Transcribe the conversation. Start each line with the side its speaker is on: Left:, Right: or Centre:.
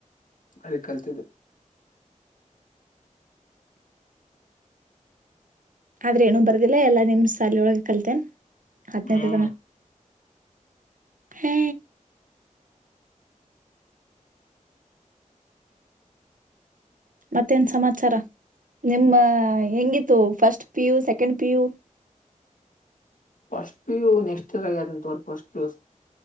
Left: ಅಲ್ಲಿ ಕಲ್ತಿದ್ದು
Right: ಆದ್ರೆ ಏನೂ ಬರ್ದಿಲ್ಲ ಎಲ್ಲಾ ನಿಮ್ ಸಾಲೊಳಗೆ ಕಲ್ತೇನ್ ಹತ್ನೇದು
Left: ಹ್ಮ್
Right: ತನ ಹೇ ಮತ್ತೇನ್ ಸಮಾಚಾರ ನಿಮ್ಮ ಹೆಂಗಿತ್ತು first PU second PU
Left: first PU next ಇರ್ ಆಗ್ಯಂತರ್ ಫಸ್ಟ್ ಕ್ಯೂಸ್